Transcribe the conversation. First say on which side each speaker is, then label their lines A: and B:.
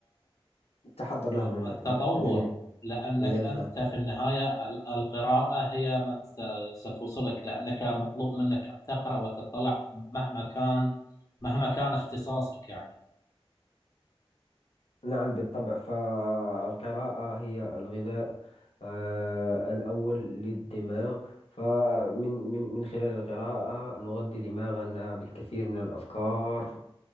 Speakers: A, on the left; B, on the left.
A: التحضر
B: و-
A: لهم من
B: والتطور
A: لدينا
B: لأنك
A: لدينا
B: أنت في النهاية ال- القراءة هي من س- ستوصلك لأنك مطلوب منك أن تقرأ وتطلع مهما كان مهما كان اختصاصك يعني
A: نعم بالطبع فالقراءة هي الغذاء آه، الأول للدماغ فمن من من خلال القراءة نغذي دماغنا بالكثير من الأفكار